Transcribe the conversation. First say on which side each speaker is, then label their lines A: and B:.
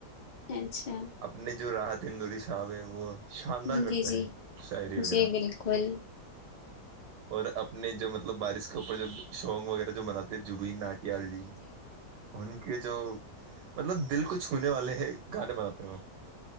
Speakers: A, on the left; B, on the right.
A: اچھا
B: اپنے جو راحت تندور صاب ہے وہ شاندار
A: جی
B: کرتے
A: جی
B: ہیں شاعری وغیرہ
A: جی بالکل
B: اور اپنے جو مطلب بارش کا اس کے اور جو شونگ وغیرہ جو منات ہیں ج وین ناٹیال جی ان کے جو مطلب دل کو چھونے والے ہیں گانے بناتے ہوں